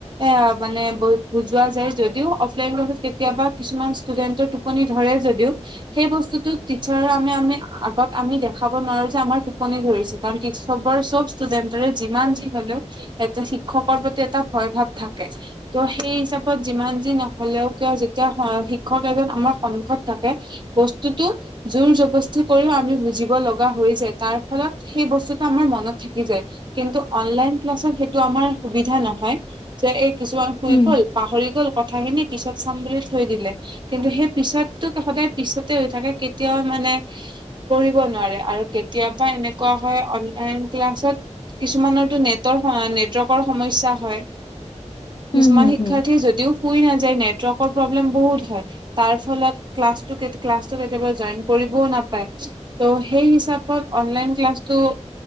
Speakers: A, on the right; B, on the left.
A: এ মানে ব বুজোৱা যায় যদিও অফলাইন ক্লাছত কেতিয়াবা কিছুমান ষ্টুে টোপনি ধৰে যদিও। সেই বস্তুতো টিচাৰ আমি আমি আগত আমি দেখাব নোৱাৰো যে আমাৰ টোপনি ধৰিছে কাৰ চবৰে চব ষ্টুডেন্টৰে যিমান যি হলেও এটা শিক্ষকৰ প্ৰতি এটা ভয় ভাৱ থাকে। ত' সেই হিচাপত যিমান যি নহলেও কিয় যেতিয়া শিক্ষক এজন আমাৰ সন্মুখত থাকে। বস্তুতটো। জোৰ জবস্তি কৰিও আমি বুজিব লগা হৈ যায় তাৰ ফলত সেই বস্তুটো আমাৰ মনত থাকি যায়। কিন্তু অনলাইন ক্লাছত সেইটো আমাৰ সুবিধা নহয় যে এই কিছুমান শুই
B: উম
A: গ'ল পাহৰি গল কথাখিনি পিছত চাম বুলি থৈ দিলে। কিন্তু সেই পিছততোক সদায় পিছতে হৈ থাকে কেতিয়াও মানে কৰিব নোৱাৰে আৰু কেতিয়াবা এনেকুৱা হয় অনলাইন ক্লাছত কিছুমানতো নেটৰ নেটৱৰ্কৰ সমস্যা হয়
B: হম
A: কিছুমান
B: হম
A: শিক্ষাৰ্থী
B: হম
A: যদিও শুই নাযায় নেটৱৰ্কৰ প্ৰব্লেম বহুত হয় তাৰ ফলত ক্লাছ ক্লাছটো কেতিয়াবা জইন কৰিবও নাপায় ত' সেই হিচাপত অনলাইন ক্লাছটো